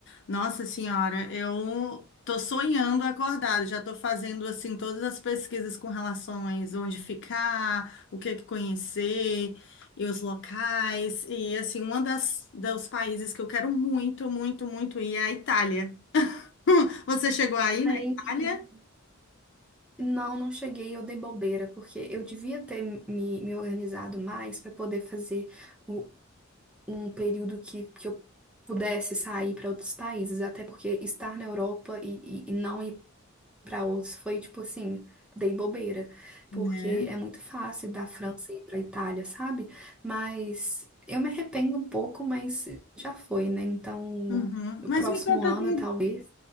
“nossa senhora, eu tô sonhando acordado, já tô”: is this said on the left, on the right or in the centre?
Left